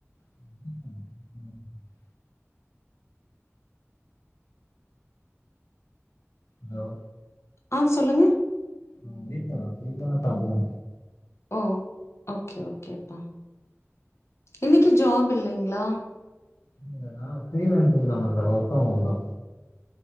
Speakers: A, on the left; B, on the left.
A: <inaudible> ஹலோ
B: ஆ சொல்லுங்க
A: ம் வீட்லதா வீட்லதா சாப்டுவ
B: ஓ ஓகே ஓகேப்பா இன்னைக்கு ஜாப் இல்லைங்ளா
A: இல்ல நா ஃப்ரிலேன்ஸிங்தா பண்ற ஒர்க் ஃப்ரம் ஹோம்தா